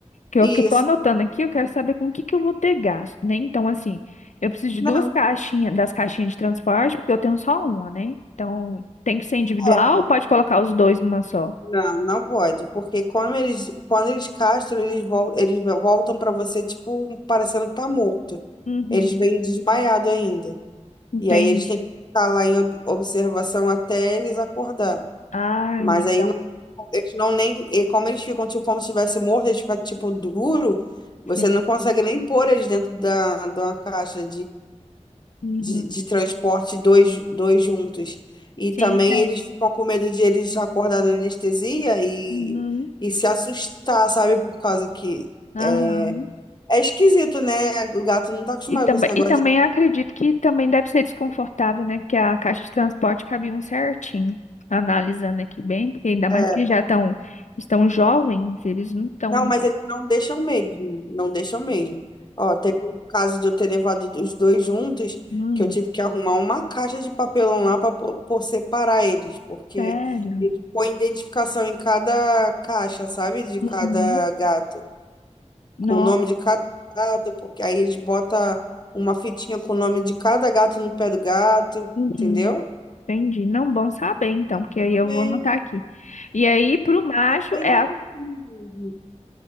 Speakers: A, on the left; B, on the left.
A: que eu,
B: Isso.
A: que eu tô anotando aqui, eu quero saber com o que que eu vou ter gasto, né? Então, assim, eu preciso de
B: Não.
A: duas caixinhas, das caixinhas de transporte, porque eu tenho só uma, né? Então, tem que ser individual
B: é.
A: ou pode colocar os dois numa só?
B: Não, não pode, porque quando eles, quando eles castram, eles, vol eles voltam para você, tipo, parecendo que tá morto.
A: Uhum,
B: Eles vêm desmaiado ainda.
A: entendi.
B: E aí eles têm que ficar lá em ob- observação até eles acordar.
A: Ah,
B: Mas
A: então,
B: aí não- eles não nem. E como eles ficam, tipo, como se estivesse morto, eles ficam, tipo, duro, você
A: sim.
B: não consegue nem pôr eles dentro da, de uma caixa
A: Uhum.
B: de, de transporte, dois, dois juntos. E
A: Sim,
B: também
A: é.
B: eles ficam com medo de eles acordar na anestesia e,
A: Uhum.
B: e se assustar, sabe? Por causa que
A: Aham.
B: é, é esquisito, né? O gato não tá acostumado
A: E também,
B: com esse negócio
A: e também
B: de.
A: acredito que também deve ser desconfortável, né? Porque a caixa de transporte cabe um certinho. Analisando aqui bem, porque ainda mais
B: é,
A: que eles já estão, estão jovens, eles não estão.
B: não, mas eles não deixam mesmo. Não deixam mesmo. Ó, teve um caso de eu ter levado os dois juntos,
A: Hum,
B: que eu tive que arrumar uma caixa de papelão lá para por separar eles, porque
A: sério?
B: ele põe identificação em cada caixa, sabe? De cada
A: Uhum.
B: gato.
A: Nossa,
B: com o nome de cada gato, porque aí eles botam uma fitinha com o nome de cada gato no pé do gato,
A: uhum.
B: entendeu?
A: Entendi. Não, bom saber então,
B: E
A: porque
B: Tudo
A: aí eu
B: bem,
A: vou anotar aqui. E aí, pro macho
B: tudo bem
A: é
B: direitinho
A: a.
B: mesmo.